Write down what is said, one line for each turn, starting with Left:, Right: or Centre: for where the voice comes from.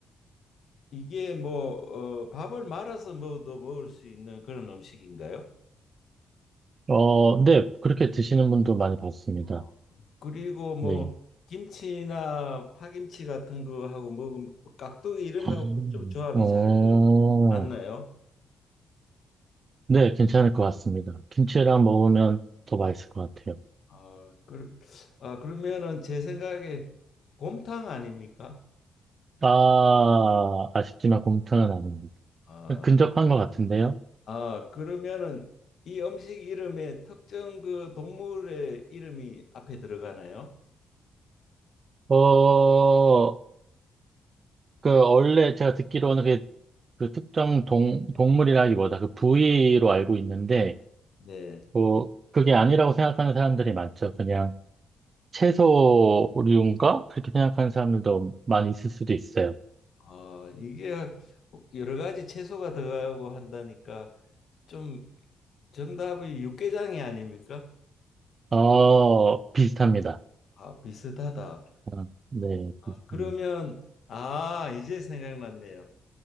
Left: 이게 뭐 어, 밥을 말아서 먹어도 먹을 수 있는 그런 음식인가요?
Right: 어, 네. 그렇게 드시는 분도 많이 봤습니다.
Left: 어, 그리고 뭐
Right: 네.
Left: 김치나 파김치 같은 거하고 먹으면 깍두기 이런
Right: 음.
Left: 거하고도 좀 조합이
Right: 어,
Left: 잘 맞나요?
Right: 네, 괜찮을 것 같습니다. 김치랑 먹으면 더 맛있을 것 같아요.
Left: 아, 그, 아 그러면은 제 생각에 곰탕 아닙니까?
Right: 아, 아쉽지만 곰탕은 아닙니다.
Left: 아,
Right: 근접한 것 같은데요.
Left: 아 그러면은 이 음식 이름에 특정 그 동물의 이름이 앞에 들어가나요?
Right: 어, 그, 원래 제가 듣기로는 그, 그 특정 동, 동물이라기보다 그 부위로 알고 있는데,
Left: 네.
Right: 어, 그게 아니라고 생각하는 사람들이 많죠. 그냥 채소류인가? 그렇게 생각하는 사람들도 많이 있을 수도 있어요.
Left: 어 이게 여러 가지 채소가 들어가고 한다니까 좀 정답이 육개장이 아닙니까?
Right: 어, 비슷합니다.
Left: 아, 비슷하다.
Right: 아, 네,
Left: 아,
Right: 비슷합니다.
Left: 그러면 아, 이제 생각났네요.